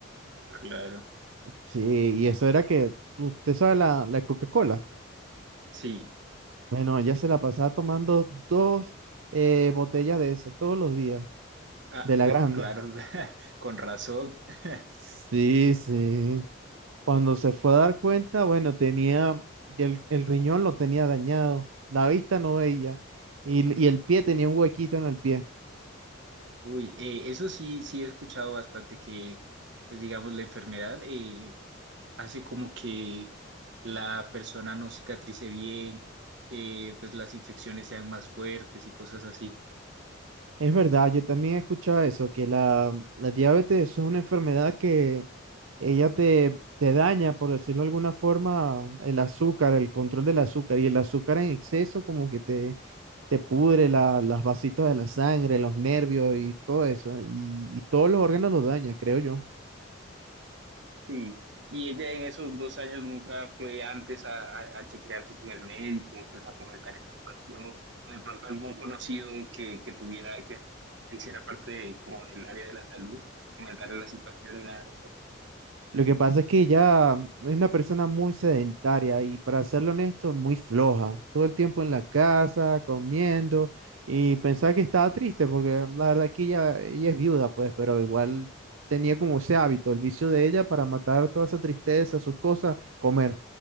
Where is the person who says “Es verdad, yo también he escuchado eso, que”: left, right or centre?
Right